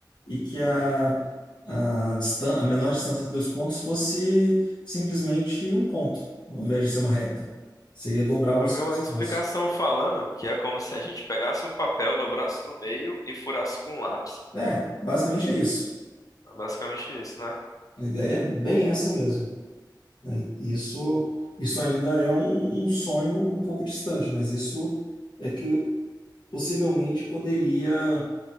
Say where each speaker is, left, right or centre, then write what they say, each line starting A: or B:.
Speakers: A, on the left; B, on the left.
A: e que a, a, distan- a menor distância entre dois pontos fosse simplesmente um ponto, ao invés de ser uma reta. Você ia dobrar o
B: Eu
A: espaço.
B: vi uma explicação falando que é como se a gente pegasse um papel, dobrasse no meio e furasse com um lápis.
A: É, basicamente é isso.
B: É basicamente isso, né?
A: A ideia é bem essa mesmo. né? Isso, isso ainda é um, um sonho um pouco distante, mas isso é que possivelmente poderia,